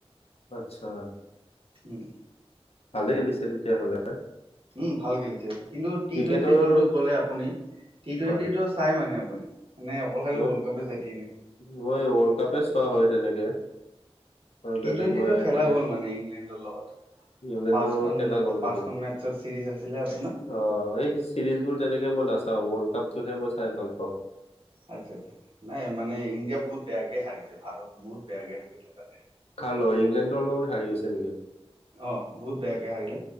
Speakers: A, on the left (about 70°); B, on the right (about 55°).
A: আত্সাহ
B: উম
A: ভালে খেলিছে তেতিয়াহ'লে
B: উম ভাল খেলিছে। কিন্তু টি
A: ক্ৰিকেটৰ
B: টুৱেণ্টি যোনটো ক'লে আপুনি টি টুৱেণ্টিটো
A: হয়
B: চাই মানে আপুনি মানে অকল খালি
A: মই
B: ৱৰ্ল্ড কাপে চাই দিয় এনেকে
A: মই ৱৰ্ল্ড কাপে চোৱা হয়। তেনেকে আৰু
B: টি
A: বেলেগ
B: টুৱেণ্টিটো
A: মই
B: খেলা
A: এনেকে
B: গ'ল মানে ইংলেণ্ডৰ লগত।
A: ইংলেণ্ডৰ
B: পাঁচখন
A: খেলা গ'ল
B: পাঁচখন
A: নেকি?
B: মেটছৰ চিৰিজ আছিলে আপোনাৰ।
A: অ এই চিৰিজ বোৰ তেনেকে মই নাচাওঁ ৱৰ্ল্ড কাপটোহে মই চাই ভাল পাওঁ।
B: আচ্ছা আচ্ছা নাই মানে
A: উম,
B: ইণ্ডিয়া বহুত বেয়াকে হাৰিলে ভাৰত বহুত বেয়াকে হাৰিলে তাতে
A: কাৰ লগত ইংলেণ্ডৰ লগত হাৰি গৈছে নেকি
B: অ বহুত বেয়াকে হাৰিলে